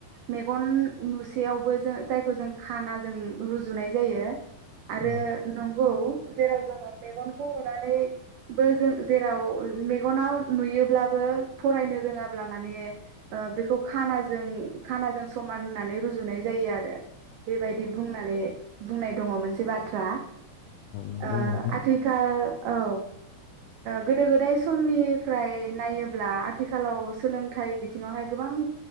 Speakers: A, on the right (about 85°); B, on the left (about 80°).
A: मेगन नुसेयावबो जायखौ जों खाना जों रुजुनाय जायो। आरो
B: औ
A: नंगौ जेराव जोङो मेगनखौ नुनानैबो जों जेराव मेगनाव नुयोब्लाबो फरायनो रोङाब्ला माने बेखौ खानाजों खानाजों समान होननानै रुजुनाय जायो आरो बे बायदि बुंनानै बुंनाय द मोनसे बाथ्रा ।
B: नंगौ
A: ओ
B: नोंथां
A: आथिखाल औ गोदो गोदाय समनिफ्राय नायोब्ला आथिखालाव सोलोंथाइ बिथिङावहाय गोबां